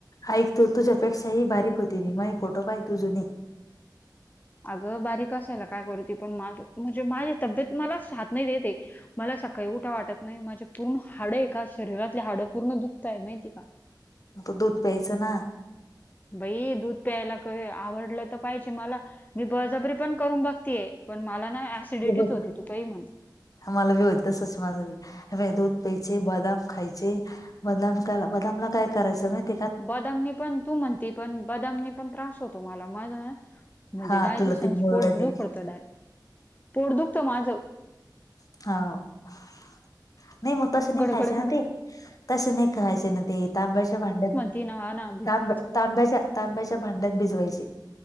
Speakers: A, on the left; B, on the left.
A: ऐक तू तुझ्यापेक्षाही बारीक होती मी, माये फोटो काही तू जुने,
B: अग बारीक असायला काय करू ते पण माझ म्हणजे माझी तब्येत मला च साथ नाही देत आहे. मला सकाळी उठाव वाटत नायी, माझे पूर्ण हाड आहे का शरीरातले हाडं पूर्ण दुखताये माहिती का?
A: आता दूध प्यायचं ना.
B: बई दूध प्यायला क आवडल तर पायीजे मला मी बळ जबरी पण करून बघतीये? पण मला ना ॲसिडिटी
A: हे बघ
B: होती तू काही म्हण,
A: मला वी होत तसच माझ बि, दूध प्यायचे बदाम खायची. बदनामकाला, बदामला काय करायचं माहिती
B: बदामनी पण, तू म्हणती पण बदामनी पण त्रास होतो मला ना मला ना म्हणजे
A: हा
B: डायजेशन
A: तुला ते मुळव्या
B: पोट
A: दे.
B: दुखवत डायरेक्ट पोट दुखतं माझं
A: हा नाही तसं नाही
B: गडगड
A: खायचे
B: गडगड
A: ना ते, तसे खायचे ना ते तांब्याच्या भांड्यात
B: ते ना, हा ना भिजूनच.
A: तांब्या तांब्याच्या तांब्याच्या भांड्यात भिजवायचे